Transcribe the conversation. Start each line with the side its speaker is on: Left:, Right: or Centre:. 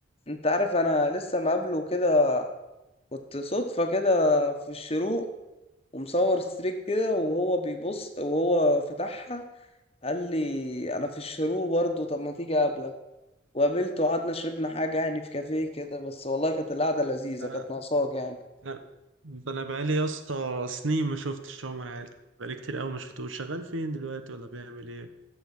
Left: انت عارف انا لسه مقابله كده كنت صدفه كده في الشروق ومصور ستريك كده وهو بيبص وهو فتحها قال لي انا في الشروق برضه طب ما تيجي اقابلك وقابلته وقعدنا شربنا حاجه يعني في كافيه كده بس والله كانت القعده لذيذه
Right: انا
Left: كانت ناقصاك يعني
Right: انا انا بقالي يا اسطى سنين ما شفتش عمر عادل بقالي كتير قوي ما شفتوش شغال فين دلوقتي ولا بيعمل ايه